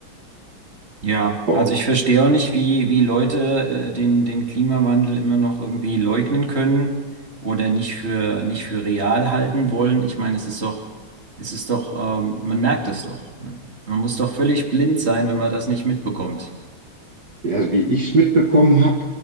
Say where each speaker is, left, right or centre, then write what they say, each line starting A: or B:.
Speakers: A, on the right (about 30°); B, on the right (about 50°).
A: Ja,
B: Aber
A: also ich verstehe auch nicht, wie, wie Leute äh, den, den Klimawandel immer noch irgendwie leugnen können oder nicht für, nicht für real halten wollen. Ich meine, es ist doch, es ist doch, ähm, man merkt es doch. ne? Man muss doch völlig blind sein, wenn man das nicht mitbekommt.
B: ja, wie ich es mitbekommen habe,